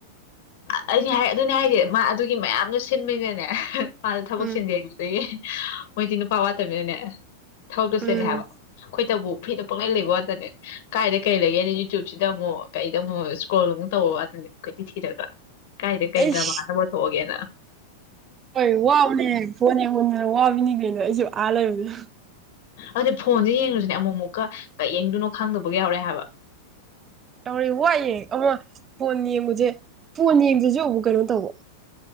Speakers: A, on the left; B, on the right.
A: ꯑꯩꯗꯤ ꯍꯥꯏ ꯑꯗꯨꯅꯦ ꯍꯥꯏꯁꯦ ꯃꯥ ꯑꯗꯨꯒꯤ ꯃꯌꯥꯝꯗꯣ ꯁꯤꯟꯕ ꯅꯤꯅꯅꯦ ꯃꯥꯁꯨ ꯊꯕꯛ
B: ꯎꯝ
A: ꯁꯤꯟꯖꯦꯡ ꯃꯣꯏꯗꯤ ꯅꯨꯄꯥ ꯋꯥꯠꯇꯝ ꯃꯤꯅꯅꯦ ꯊꯕꯛꯇꯨ
B: ꯎꯝ
A: ꯆꯦꯜꯂꯦ ꯍꯥꯏꯕ ꯑꯩꯈꯣꯏꯇꯕꯨ ꯐꯤꯗ ꯄꯨꯡꯂꯩ ꯂꯩꯕ ꯋꯥꯇꯅꯦ ꯀꯥꯏꯗ ꯀꯩ ꯂꯩꯒꯦꯅ ꯌꯨꯇ꯭ꯌꯨꯨꯞꯁꯤꯗ ꯑꯃꯨꯛ ꯀꯩꯗ ꯑꯃꯨꯛ ꯏꯁꯀ꯭ꯔꯣꯜ ꯑꯃꯨꯛ ꯇꯧꯕ ꯋꯥꯇꯅꯦ ꯀꫭꯏꯊꯤ ꯊꯤꯔꯒ ꯀꯥꯏꯗ ꯀꯩ
B: ꯑꯩꯁ
A: ꯗ꯭ꯔꯃꯥ ꯑꯅꯧꯕ ꯊꫭꯛꯑꯒꯦꯅ
B: ꯍꯣꯏ ꯋꯥꯕꯅꯦꯍꯦ ꯐꯣꯟ ꯌꯦꯡꯃꯟꯗꯅ ꯋꯥꯕꯤꯅꯤ ꯀꯩꯅꯣ ꯗ ꯑꯩꯁꯨ ꯑꯥ ꯂꯩꯕꯗꯨꯗ
A: ꯑꯗꯨꯅꯦ ꯐꯣꯟꯁꯦ ꯌꯦꯡꯂꯁꯨꯅꯦ ꯑꯃꯨꯛ ꯑꯃꯨꯛꯀ ꯀꯩ ꯌꯦꯡꯗꯣꯏꯅꯣ ꯈꯪꯗꯕꯒ ꯌꯥꯎꯔꯛꯑꯦ ꯍꯥꯏꯕ
B: ꯇꯧꯔꯦ ꯋꯥꯏꯌꯦ ꯑꯃ ꯐꯣꯟ ꯌꯦꯡꯕꯖꯦ ꯐꯣꯟ ꯌꯦꯡꯖꯤꯖꯨ ꯑꯃꯨꯛ ꯀꯩꯅꯣ ꯇꯧꯕ